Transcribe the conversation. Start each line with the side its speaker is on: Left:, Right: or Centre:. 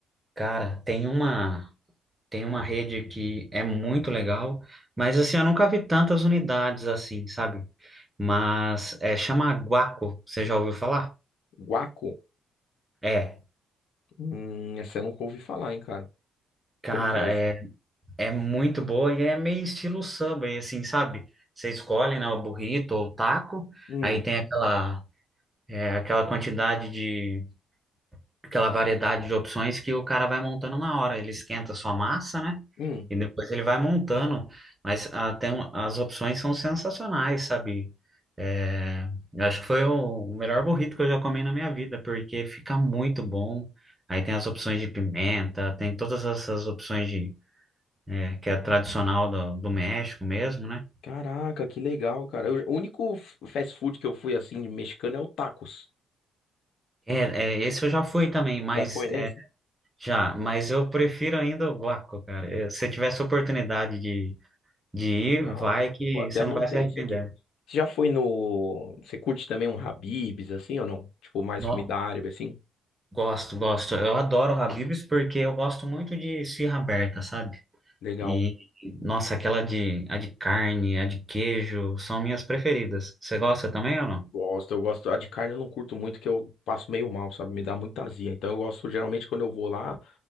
Right: Cara, tem uma, tem uma rede que é muito legal, mas assim, eu nunca vi tantas unidades assim, sabe? Mas é, chama Guaco, você já ouviu falar?
Left: Guaco?
Right: É,
Left: Hum, essa eu nunca ouvi falar, hein, cara.
Right: cara,
Left: Como que é isso?
Right: é, é muito boa e é meio estilo Subway, assim, sabe? Você escolhe, né, o burrito ou o taco,
Left: Hum,
Right: aí tem aquela, é, aquela quantidade de aquela variedade de opções que o cara vai montando na hora. Ele esquenta sua massa, né?
Left: hum.
Right: E depois ele vai montando. Mas ah, tem um- as opções são sensacionais, sabe? É, eu acho que foi o melhor burrito que eu já comi na minha vida, porque fica muito bom. Aí tem as opções de pimenta, tem todas essas opções de, é, que é tradicional do, do México mesmo, né?
Left: Caraca, que legal, cara. Eu- o único f- fast food que eu fui assim, de mexicano, é o tacos.
Right: É, é, esse eu já fui também, mas
Left: Já foi nesse?
Right: é, já, mas eu prefiro ainda o guaco, cara. Eh, Se eu tivesse oportunidade de De ir,
Left: Legal.
Right: vai que
Left: Pô, até
Right: você
Left: anotei
Right: não vai se arrepender.
Left: isso aqui. Você já foi no. Você curte também um Habib's, assim, ou não? Tipo, mais
Right: No-
Left: comida árabe, assim?
Right: gosto, gosto. Eu adoro Habib's porque eu gosto muito de esfirra aberta, sabe?
Left: Legal.
Right: E, nossa, aquela de, a de carne, a de queijo, são minhas preferidas. Você gosta também ou não?
Left: Gosto, eu gosto. A de carne eu não curto muito, que eu passo meio mal, sabe? Me dá muita azia. Então eu gosto, geralmente, quando eu vou lá.